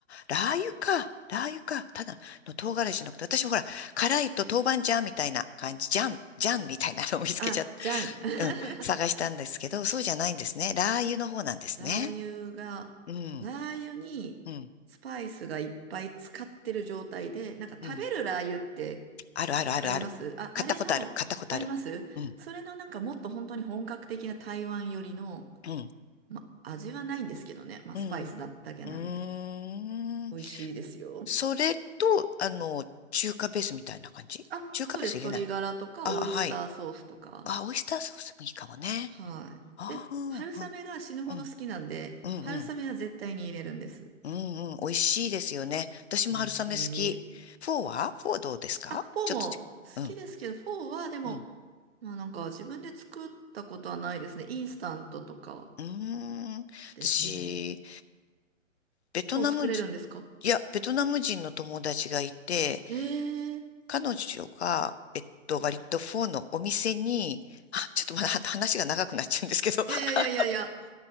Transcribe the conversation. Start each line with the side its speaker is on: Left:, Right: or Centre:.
Left: ラー油か。ラー油か。ただの唐辛子じゃなくて、私ほら、辛いと豆板醤みたいな感じ、ジャン、ジャンみたいなのを見つけちゃっ
Right: あ、じゃん。<laughs>
Left: た。うん、探したんですけど、そうじゃないんですね。ラー油の方なんですね。
Right: ラー油が、
Left: うん、
Right: ラー油にスパイスがいっぱい使ってる状態で、
Left: うん。
Right: なんか食べるラー油って
Left: うん。あるあるあるある。
Right: わかりますあ、
Left: 買ったことある。
Right: あれの、
Left: 買ったことある。
Right: ありますそれのなんかもっと本当に本格的な台湾寄りの、
Left: うん。うん。
Right: ま、味はないんですけどね。まあ、
Left: うん。
Right: スパイスだ、だけなんで。
Left: うーん。
Right: 美味しいですよ。
Left: それと、あの、中華ベースみたいな感じ中華ベース入れない。
Right: あ、そうです。鶏ガラとか、
Left: あ、
Right: オイスターソースとか。
Left: はい。あ、オイスターソースもいいかもね。
Right: はい。
Left: ああ、
Right: で、
Left: うん、
Right: 春雨が死ぬほど好きなんで、
Left: うん、うん、
Right: 春雨は絶対に入れるんです。
Left: うん、うん、うん。美味しいですよね。私も春雨好き。
Right: 美味しい。
Left: フォーはフォーどうですかちょっとち、
Right: あ、フォーも好きですけど、
Left: うん、
Right: フォーはでも、
Left: うん。
Right: まあなんか自分で作ったことはないですね。インスタントとか
Left: うーん。
Right: ですね。
Left: 私、ベトナム人、
Right: フォー作れるんですか
Left: いや、ベトナム人の友達がいて、
Right: ええー。
Left: 彼女が、えっと、割とフォーのお店に、あ、ちょっとまだは話が長くなっちゃうんですけど、
Right: いやいやいやいやいや。
Left: <laughs>